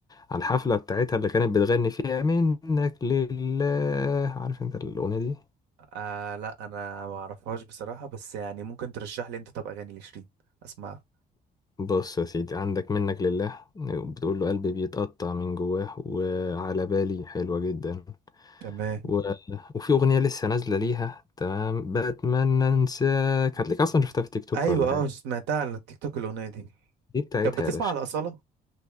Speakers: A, on the left; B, on the right.
A: على الحفله بتاعتها اللي كانت بتغني فيها منك لله عارف انت الاغنيه دي
B: آه لا أنا ما أعرفهاش بصراحة بس يعني ممكن ترشح لي أنت طب أغاني لشيرين أسمعها
A: بص يا سيدي عندك منك لله بتقول له قلبي بيتقطع من جواه وعلى بالي حلوة جدا
B: تمام
A: و... وفي أغنية لسه نازلة ليها تمام بتمنى أنساك هتلاقيك أصلا شفتها في تيك توك
B: أيوة
A: ولا حاجة
B: أه سمعتها على التيك توك الأغنية دي
A: دي بتاعتها
B: طب بتسمع
A: يا باشا
B: على أصالة؟